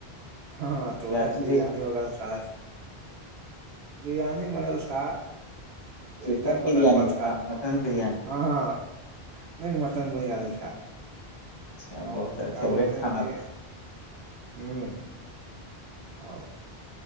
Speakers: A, on the right; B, on the left.
A: ہاں تو
B: کیا
A: وہی
B: چیز
A: بریانی وغیرہ سارا بریانی بنل تھا رائتا
B: چکن
A: بنا
B: بریانی
A: ہوا تھا
B: مٹن بریانی
A: ہاں ہاں نہیں مٹن بریانی تھا
B: اچھا
A: اور
B: بہت
A: کیا
B: فیوریٹ
A: بولتے
B: کھانا
A: ہیں کہ ہوں اور